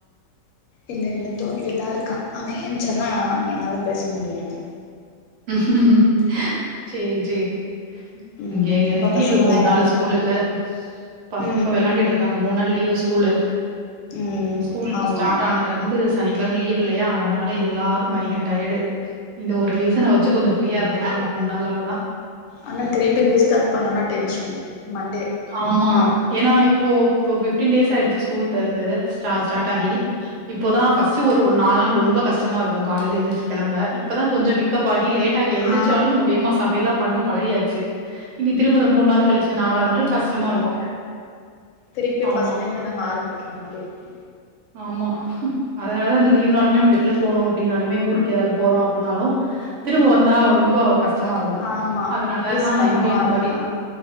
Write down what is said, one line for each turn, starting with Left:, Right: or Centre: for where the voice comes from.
Left: இல்ல இல்ல தூங்கிட்டுதா இருகான் அவன் ஏந்ச்சானா என்னால பேச முடியாது
Right: ம்ஹ்ம் செரி செரி
Left: ம்
Right: ங்க எங்க
Left: உங்க
Right: லீவு
Left: பசங்கல்லாம்
Right: மூண்
Left: என்ன
Right: நாள்
Left: பண்றாங்க
Right: ஸ்கூலுக்கு பசங்க
Left: ம்
Right: இப் வெளயாண்ட்ருாங்க மூண் நாள் லீவு ஸ்கூலு
Left: ம்
Right: ஸ்கூல் இப்ப
Left: ஆமா
Right: ஸ்டாட் ஆனதுல இருந்து சனிக் கெழம லீவ் இல்லயா அதனால எல்லாரு பயங்ர டயடு இத ஒரு ரீசன வச்சு கொஞ்சோ ஃப்ரீயா இருந்துக்கலா அந்த மூணு நாள் அவ்ளோதா
Left: ஆனா திரும்பி ரீஸ்டாட் பண்ணனா டென்ஷன் மண்டே
Right: ஆமா
Left: பா
Right: ஏனா இப்போ இ பிஃப்டீன் டேஸ் ஆய்டுசு ஸ்கூல் தெறந்து ஸ்டா ஸ்டாட்
Left: அதான்
Right: ஆகி இப்பொதா
Left: ம்
Right: ஃபர்ஸ்ட் ஒரு ஒரு நாலு நாள் ரொம்ப கஷ்டமா இருக்கூ காலைல எந்ருசு கெளம்ப இப்பதா கொஞ்சொ பிக்கப் ஆகி லேட்டாக்க எந்ரிச்சாலு
Left: ஆ
Right: நம்ம வேமா சமையல்லா பண்ணி பழகியாச்சு இனி திரும்பத மூண் நாளு கழுச்சு நாலாவ்து நாள்
Left: உம்
Right: கஷ்டமா இருக்கும்.
Left: திருப்பி
Right: ஆமா,
Left: ஃபஸ்ட்லே இருந்து நம்ம ஆரம்க்ற மாரி இருக்கூ
Right: ஆமா அதனால தா அந்த லீவ்னாலுமே நம் வெள்ள போணு அப்டினாலுமே ஊருக்கு எதாவது போறோ அப்பினாலு த் திரும்ப வந்தா ரொம்ப கஷ்டமா இருக்கூ
Left: ஆமா
Right: அதனாலதா
Left: மிஸ் பண்ணுவா
Right: எங்யு இந்த
Left: அதெல்லா
Right: மாரி